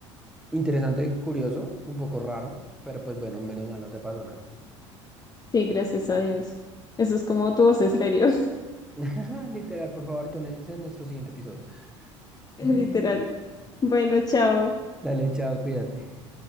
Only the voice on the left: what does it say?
Sí, gracias a Dios. Eso es como tu voz estéreo,
<laughs> literal.
Bueno, chao.